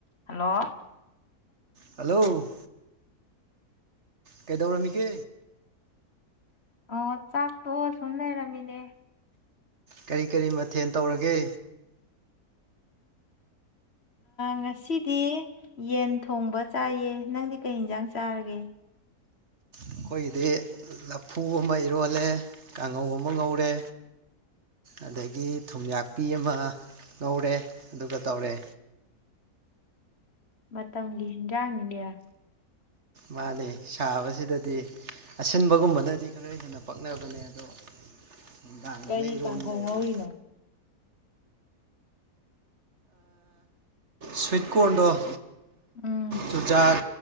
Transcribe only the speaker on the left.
hello
ꯑꯣ ꯆꯥꯛꯇꯣ ꯁꯨꯝ ꯂꯩꯔꯝꯃꯤꯅꯦ
ꯉꯁꯤꯗꯤ ꯌꯦꯟ ꯊꯣꯡꯕ ꯆꯥꯏꯌꯦ ꯅꯪꯗꯤ ꯀꯩ ꯌꯦꯟꯁꯥꯡ ꯆꯥꯔꯒꯦ
ꯃꯋꯥꯒꯖ ꯏꯌꯥ
ꯀꯔꯤ
ꯇꯥꯡꯍꯧꯍꯧꯔꯤꯅꯣ
ꯎꯝ